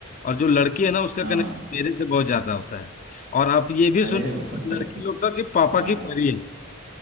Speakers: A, on the left; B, on the right.
A: और जो लड़की है ना उसका
B: हाँ
A: कनेक्शन
B: हाँ
A: मेरे से बहुत ज्यादा होता है और आप ये भी
B: अरे
A: सुन
B: <laughs> बात सही
A: लड़की लोग का कि पापा
B: हाँ
A: की परी है